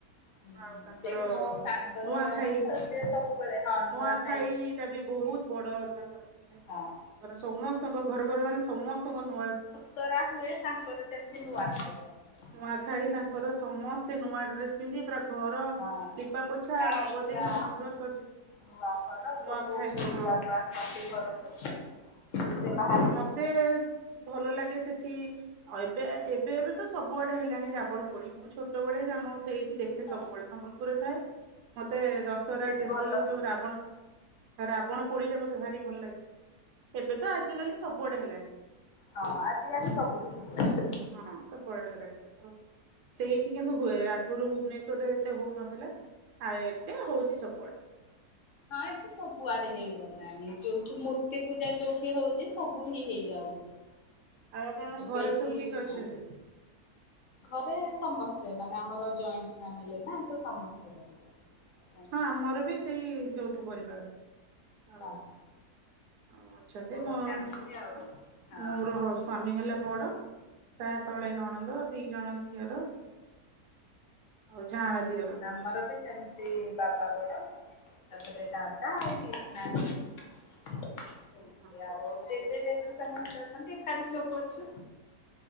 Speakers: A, on the left; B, on the right.
A: ହୁଁ
B: ଆଉ ତାଙ୍କର
A: ସେଇଠି ମୋ ସାଙ୍ଗ
B: ନୂଆଖାଇ
A: ଜଣେ ଅଛି ତ ସିଏ ସବୁବେଳେ ହଁ ନୂଆ
B: ନୂଆଖାଇ
A: ଖାଇବି
B: ଟା ବି ବହୁତ ବଡ ତାଙ୍କର ତାଙ୍କର
A: ହଁ।
B: ସମସ୍ତଙ୍କ ଘର ଘର ମାନେ ସମସ୍ତଙ୍କ ନୂଆ
A: ତରା ହୁଏ। ତାଙ୍କର ସେମିତି ନୂଆ ଖାଇଖାଇ ଟା ବଡ।
B: ନୂଆଖାଇ ତାଙ୍କର ସମସ୍ତେ ନୂଆ ଡ୍ରେସ୍ ପିନ୍ଧି ପୁରା ଘର
A: ହଁ
B: ଲିପା
A: ପିଠା
B: ପୋଛା ରଙ୍ଗ
A: ପୁରା
B: ଦେଇ ସୁନ୍ଦର ସଜା
A: ନୂଆ ଘର
B: ନୂଆ
A: ସବୁ
B: ଖାଇବେ
A: ବୁଲିବାକୁ
B: ହଁ
A: ଆସିନ୍ତି ଘରକୁ। ନିଜେ ବାହାର
B: ମତେ ଭଲ ଲାଗେ ସେଠି ଏବେ ଏବେ ଏବେ ତ ସବୁଆଡେ ହେଲାଣି ରାବ ବଡି ମୁଁ ଛୋଟବେେଳେ ଆମ ସେଇଠି ଦେଖେ
A: ହଁ
B: ସବୁବେଳେ ସମ୍ବଲପୁରରେ ଥାଏ। ମତେ ଦଶହରା
A: ସେଠି
B: ଶେଷରେ
A: ଭଲ ହୁଏ।
B: ଯୋଉ ରାବଣ ରାବଣ ପୋଡିଟା ମୋତେ ଭାରି ଭଲ ଲାଗେ ସେଠି ଏବେ ତ ଆଜିିକାଲି ସବୁଆଡେ ହେଲାଣି।
A: ହଁ ଆଜିିକାଲି ସବୁଠି ହେଇଗ
B: ହଁ ସବୁବେଳେ ହେଲାଣି କିନ୍ତୁ ସେଇଠି ହୁଏ ଆଗରୁ ଭୁବନେଶ୍ଵରରେ ଏତେ ହଉନଥିଲା ଆ ଏବେ ହଉଛି ସବୁଆଡେ।
A: ହଁ ଏବେ ସବୁଆଡେ ହେଇଗଲାଣି
B: ହଁ।
A: ଯୋଉଠି ମୂ ମୂର୍ତ୍ତି ପୂଜା ଯୋଉଠି ହଉଛି। ସବୁଠି ହେଇଯାଉଛି।
B: ଆଉ ଆପଣଙ୍କ
A: ଏବେ
B: ଘରେ
A: ଇତି
B: ସବୁ କିଏ କିଏ ଅଛନ୍ତି?
A: ହଁ। ଘରେ ସମସ୍ତେ ମାନେ ଆମର ଜଏଣ୍ଟ ଫ୍ୟାମିଲି ନା ତ ସମସ୍ତେ ରହିଛନ୍ତି। ଅଛନ୍ତି
B: ହଁ
A: ସମସ୍ତେ
B: ଆମର ବି ସେଇ ଯୌଥ ପରିବାର। ଆଉ
A: ଓହୋ
B: ଆଉ ଅଛନ୍ତି
A: ବଡ
B: ହଁ।
A: ଫ୍ୟାମିଲି ଆଉ
B: <inaudible>
A: ହଁ।
B: ମୋର ହଜ୍ ସ୍ଵାମୀ ହେଲା ବଡ। ତା ତଳେ ନଣନ୍ଦ ଦି ଜଣ ଦିଅର। ଆଉ ଯାଆଁଳା
A: <inaudible>
B: ଦିଅର
A: ଆମର ବି ସେମିତି। ସେ ବାପା ବଡ ଆଉ ତାପରେ ଦାଦା ଆଉ ପିସ୍ ମା ଜଣେ।
B: ହଁ
A: ଇଏ ଆଉ ଜେଜେ ଜେଜି ସମସ୍ତେ ଅଛନ୍ତି। ଏକାଠି ସବୁ ଅଛୁ।